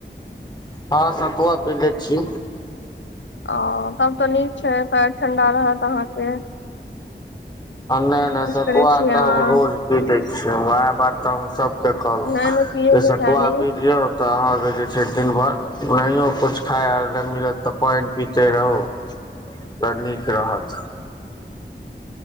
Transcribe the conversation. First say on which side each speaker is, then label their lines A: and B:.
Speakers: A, on the left (about 25°); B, on the left (about 85°).
A: हँ सतुआ पिले छी
B: ओ तब तऽ नीक छै पैर ठंडा रहत अहाँ के
A: नय नय सतुआ
B: करै छी
A: तऽ
B: अहाँ
A: हम रोज पीलै छि वएह बात तऽ हम सबके कहलऊ
B: नै नै पियै
A: जे
B: के
A: सतुआ
B: चाही
A: पी लिऔ तऽ अहाँके जे छै दिन भरि नहियो कुछ खाय आर नय मिलत तऽ पाईन पीते रहू त नीक रहत